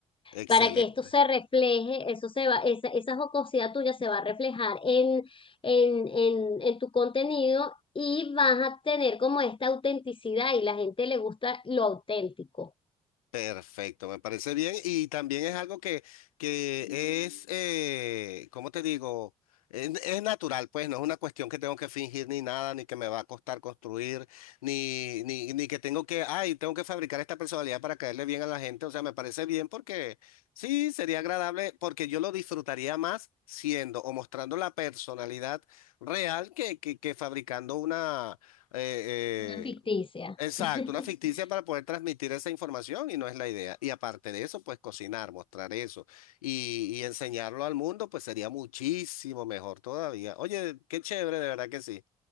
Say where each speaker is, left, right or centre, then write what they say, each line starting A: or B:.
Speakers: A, on the left (about 80°); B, on the left (about 30°).
A: <laughs> excelente.
B: para que esto se refleje, eso se va, esa, esa jocosidad tuya se va a reflejar en, en, en, en tu contenido y vas a tener como esta autenticidad y la gente le gusta lo auténtico,
A: Perfecto, me parece bien. Y también es algo que, que es, eh, ¿cómo te digo? Es, es natural, pues no es una cuestión que tengo que fingir ni nada, ni que me va a costar construir, ni, ni, ni que tengo que, ay, tengo que fabricar esta personalidad para caerle bien a la gente. O sea, me parece bien porque sí, sería agradable, porque yo lo disfrutaría más siendo o mostrando la personalidad real que, que, que fabricando una... eh,
B: una ficticia.
A: eh, Exacto,
B: <laughs>
A: una ficticia para poder transmitir esa información y no es la idea. Y aparte de eso, pues cocinar, mostrar eso y, y enseñarlo al mundo, pues sería muchísimo mejor todavía. Oye, qué chévere, de verdad que sí.